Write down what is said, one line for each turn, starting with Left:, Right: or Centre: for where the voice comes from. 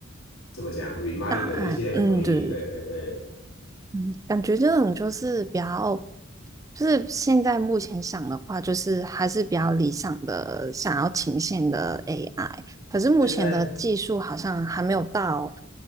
Left: 怎么讲 reminder
Right: 答案，
Left: 一些回忆，
Right: 嗯，对对
Left: 对对对，
Right: 嗯，感觉这种就是比较，就是现在目前想的话，就是还是比较理想的，想要呈现的 AI。可是目前的技术好像还没有到，
Left: 现在